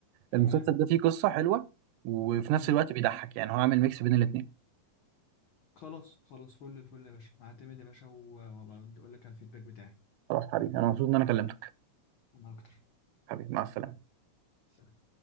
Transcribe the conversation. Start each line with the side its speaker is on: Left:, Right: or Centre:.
Left: تمام
Right: المسلسل ده فيه قصه حلوه وفي نفس
Left: امم
Right: الوقت بيضحك يعني هو عامل ميكس بين الاثنين
Left: خلاص خلاص فل الفل يا باشا هعتمد يا باشا و- وابقى اقول لك على الفيدباك بتاعي
Right: خلاص حبيبي انا مبسوط ان انا كلمتك
Left: انا اكتر
Right: حبيبي مع السلامة
Left: سلام